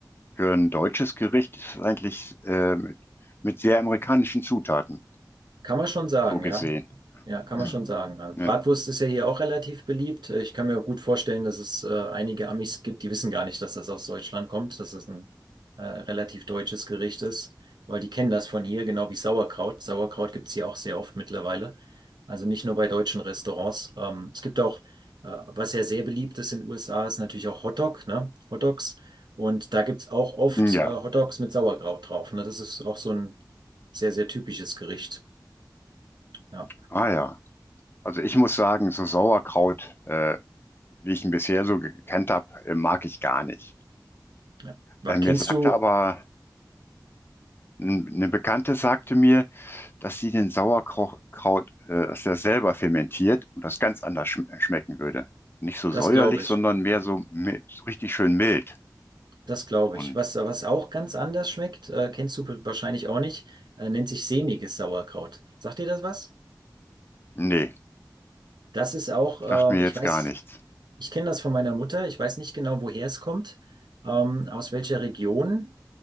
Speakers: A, on the left (about 30°); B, on the right (about 80°).
A: Für ein deutsches Gericht ist es eigentlich äh, mit, mit sehr amerikanischen Zutaten,
B: Kann man schon sagen,
A: so gesehen.
B: ja. Ja, kann
A: <clears throat>
B: man schon sagen. Also
A: Ja.
B: Bratwurst ist ja hier auch relativ beliebt. Ich kann mir gut vorstellen, dass es äh, einige Amis gibt, die wissen gar nicht, dass das aus Deutschland kommt, dass das ein äh, relativ deutsches Gericht ist, weil die kennen das von hier, genau wie Sauerkraut. Sauerkraut gibt's hier auch sehr oft mittlerweile. Also nicht nur bei deutschen Restaurants. Ähm, es gibt auch, äh, was ja sehr beliebt ist in den USA, ist natürlich auch Hotdog, ne? Hotdogs. Und da gibt's auch oft
A: Hm, ja,
B: äh, Hotdogs mit Sauerkraut drauf. Ne? Das ist auch so ein sehr, sehr typisches Gericht. Ja,
A: ah ja. Also ich muss sagen, so Sauerkraut, äh, wie ich ihn bisher so gekannt habe, äh, mag ich gar nicht.
B: ja. Wa-
A: Äh, mir
B: Kennst
A: sagte
B: du,
A: aber, n- eine Bekannte sagte mir, dass sie den Sauerkraut, äh, dass er selber fermentiert und das ganz anders schm schmecken würde. Nicht so
B: das
A: säuerlich,
B: glaube
A: sondern
B: ich,
A: mehr so, mi- so richtig schön mild.
B: das glaube
A: Und
B: ich. Was, was auch ganz anders schmeckt, äh, kennst du wahrscheinlich auch nicht, äh, nennt sich sämiges Sauerkraut. Sagt dir das was?
A: nee,
B: Das ist auch,
A: sagt mir
B: ähm,
A: jetzt
B: ich weiß,
A: gar nichts.
B: ich kenne das von meiner Mutter, ich weiß nicht genau, woher es kommt, ähm, aus welcher Region.